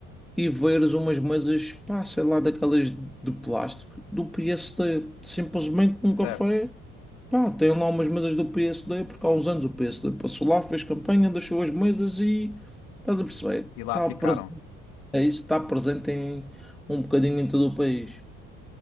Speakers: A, in the centre; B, on the left.
A: e veres umas mesas, pá, sei lá, daquelas de plástico do PSD. Simplesmente num
B: certo.
A: café, pá, tem lá umas mesas do PSD, porque há uns anos o PSD passou lá, fez campanha, deixou as mesas e estás a perceber?
B: E lá
A: Está
B: ficaram.
A: presente, é isso, está presente em um bocadinho em todo o país.